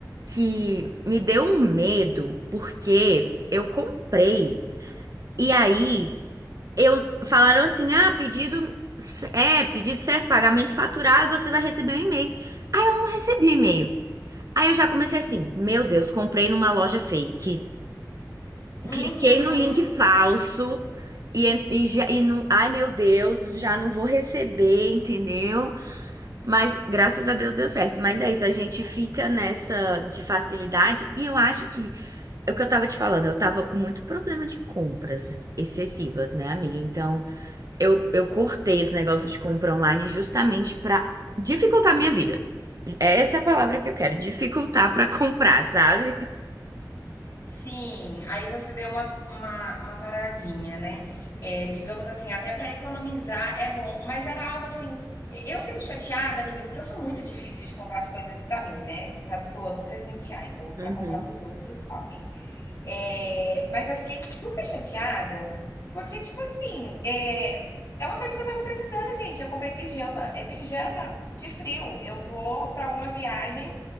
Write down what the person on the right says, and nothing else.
que me deu um medo, porque eu comprei e aí eu falaram assim: ah, pedido é, pedido certo, pagamento faturado, você vai receber um e-mail. Aí eu não recebi e-mail. Aí eu já comecei assim, meu Deus, comprei numa loja fake.
Cliquei no link falso e, en- e, já, e não, ai meu Deus, já não vou receber, entendeu? Mas graças a Deus deu certo. Mas é isso, a gente fica nessa de facilidade e eu acho que é o que eu tava te falando, eu tava com muito problema de compras excessivas, né, amiga? Então, eu, eu cortei esse negócio de compra online justamente pra dificultar a minha vida. Essa é a palavra que eu quero, dificultar pra comprar, sabe?
Uhum.